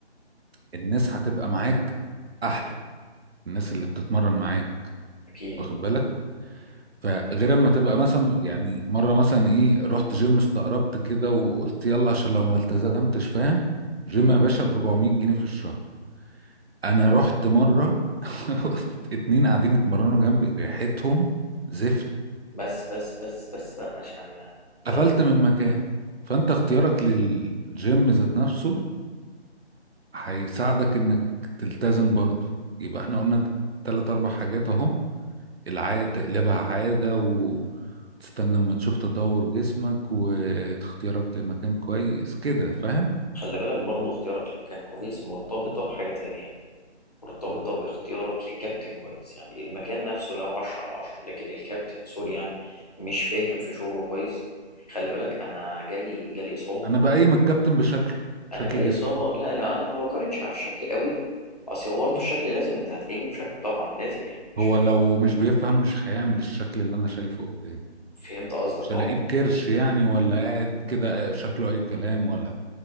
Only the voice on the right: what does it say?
الناس هتبقى معاك احلى الناس اللي بتتمرن معاك
واخد بالك فغير اما تبقى مثلا يعني مره مثلا ايه رحت جيم استقربت كده وقلت يلا عشان لو ما التزمتش فاهم جيم
يا باشا ب 400 جنيه في الشهر انا رحت مره <laughs> اتنين قاعدين يتمرنوا جنبي ريحتهم زفت
قفلت
من المكان فانت اختيارك للجيم ذات نفسه هيساعدك انك تلتزم برضه يبقى احنا قلنا تلات اربع حاجات اهو العادة تقلبها عادة وتستنى اما تشوف تطور جسمك واختيارك لمكان كويس كده فاهم
انا بقيم الكابتن بشكله شكل
جسمه
هو لو مش بيفهم مش هيعمل الشكل اللي انا شايفه قدامي
مش
هلاقيه بكرش يعني ولا قاعد كده شكله اي كلام ولا